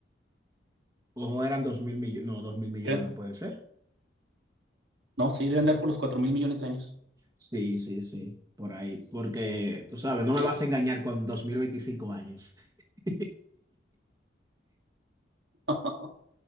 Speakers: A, on the right; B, on the right.
A: Ojo, eran dos mil millones. No, dos mil millones
B: ¿Eh?
A: no puede ser.
B: No, sí, deben dar por los 4 mil millones de años.
A: Sí, sí, sí. Por ahí. Porque, tú sabes, no
B: Ok.
A: me vas a engañar con dos mil veinticinco años. <laughs>
B: <laughs>